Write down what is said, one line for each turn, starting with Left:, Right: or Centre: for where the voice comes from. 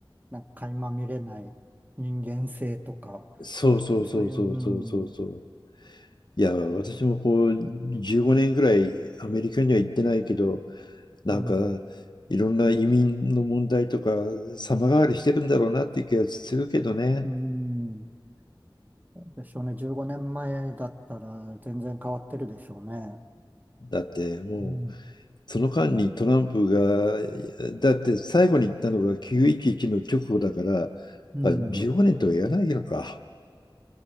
Right: なんか垣間見れない人間性とか、
Left: そうそうそうそうそうそうそう。
Right: そういう、うん、
Left: いや、私もこう15年ぐらいアメリカには行ってないけど、なんかいろんな移民の問題とか様変わりしてるんだろうなっていう気がするけどね。
Right: うん、うん、でしょうね。15年前だったら全然変わってるでしょうね。
Left: だってもう
Right: うん。
Left: その間にトランプが、だって最後に言ったのが911の直後だから、
Right: うん。
Left: まあ15年とは言わないのか。